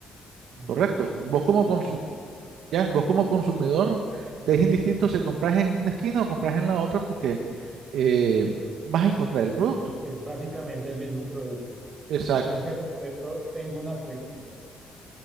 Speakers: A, on the right; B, on the right.
A: Mm.
B: ¿correcto?
A: Sí,
B: Vos
A: sí,
B: como
A: eso
B: consu-
A: es, es
B: ya, vos como consumidor te es indistinto si compras en una esquina o compras en la otra porque eh, vas a encontrar el producto.
A: es básicamente el mismo producto.
B: Exacto.
A: En ese respecto, tengo una pregunta.